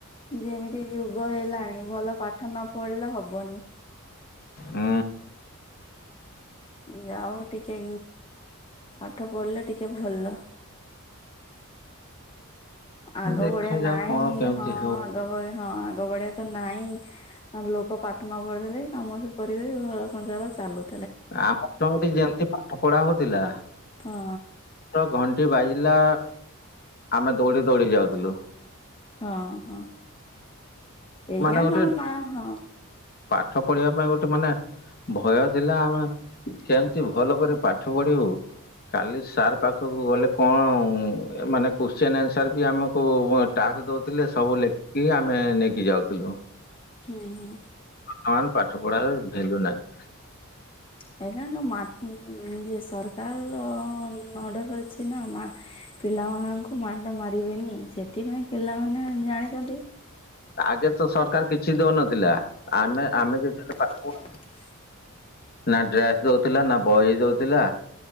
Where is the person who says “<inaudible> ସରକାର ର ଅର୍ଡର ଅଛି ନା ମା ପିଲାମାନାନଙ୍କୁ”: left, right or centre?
Left